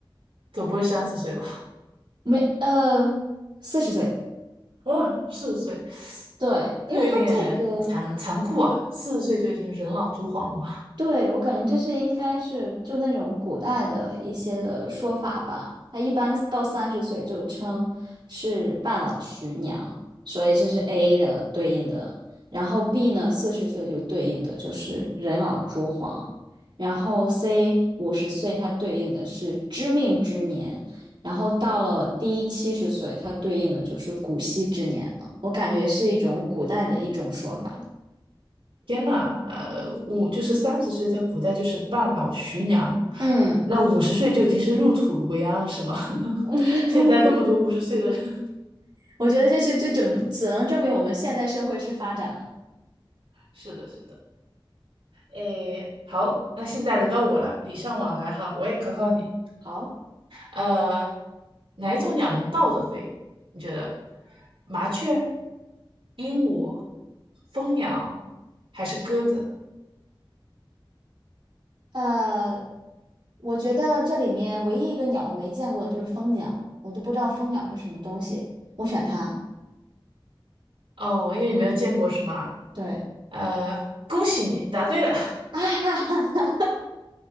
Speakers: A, on the right; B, on the right.
A: 总不会三十岁吧？
B: 没呃，四十岁。
A: 哇，四十岁，
B: 对，因为它这个。
A: 这个有点残残酷啊！四十岁就已经人老珠黄了嘛？
B: 对，我感觉这是应该是就那种古代的一些的说法吧。他一般到三十岁就称是半老徐娘，所以这是 A 的对应的。然后 B 呢，四十岁就对应的就是人老珠黄。然后 C 五十岁，它对应的是知命之年。然后到了 D 七十岁，它对应的就是古稀之年了。我感觉是一种古代的一种说法。
A: 天呐，呃，五就是三十岁，在古代就是半老徐娘，
B: 嗯。
A: 那五十岁就已经是入土为安了，是吗？<laughs>
B: <laughs>
A: 现在那么多五十岁的人，<laughs>
B: 我觉得这是这怎么只能证明我们现代社会是发展了。
A: 是的，是的。诶，好，那现在轮到我了，礼尚往来哈，我也考考你。
B: 好，
A: 呃，哪一种鸟能倒着飞？你觉得？麻雀、鹦鹉、蜂鸟还是鸽子？
B: 呃，我觉得这里面唯一一个鸟我没见过的就是蜂鸟，我都不知道蜂鸟是什么东西，我选它。
A: 哦，因为你没有见过是吗？
B: 对
A: 呃，恭喜你答对了。
B: <laughs>，啊，哈哈，